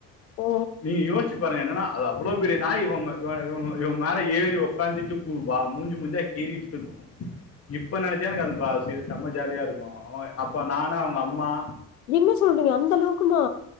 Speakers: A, on the left; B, on the left.
A: ஓ
B: நீங்க யோசிச்சு பாருங்க என்னனா அது அவ்ளோ பெரிய நாயி இவ மே இவ இவ் மே இவ மேல ஏறி ஒக்காந்திட்டு பு வா மூஞ்சி மூஞ்சா கீறிட்டு இருக்கு இப்ப நெனச்சா எனக் அது ப்பா சி செம்ம ஜாலியா இருக்கு அவ அப்ப நானு அவங்கம்மா
A: என்ன சொல்றீங்க அந்த அளவுக்குமா